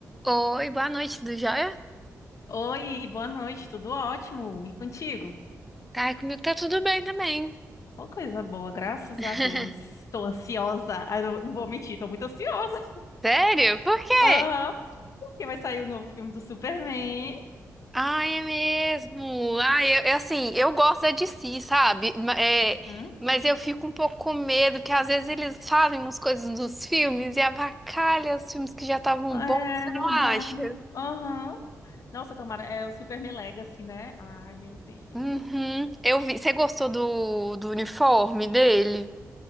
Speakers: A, in the centre; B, on the left (about 60°).
A: Oi, boa noite, tudo jóia?
B: Oi, boa noite, tudo ótimo? E contigo?
A: Ai, comigo tá tudo bem também.
B: Ó, coisa boa, graças
A: <laughs>
B: a Deus. Tô ansiosa. Ah, não, não vou mentir, tô muito ansiosa.
A: Sério? Por quê?
B: <laughs> Aham, porque vai sair o novo filme do Superman.
A: Ai, é mesmo. Ai, eu, eu, assim, eu gosto da DC, sabe? Ma- é,
B: Uhum.
A: mas eu fico um pouco com medo, que às vezes eles fazem umas coisas nos filmes e avacalha os filmes que já estavam
B: É
A: bons, você
B: verdade.
A: não acha?
B: Aham. Nossa, tomara. É o Superman Legacy, né? Ai, meu Deus.
A: Uhum. Eu vi. Você gostou do, do uniforme dele?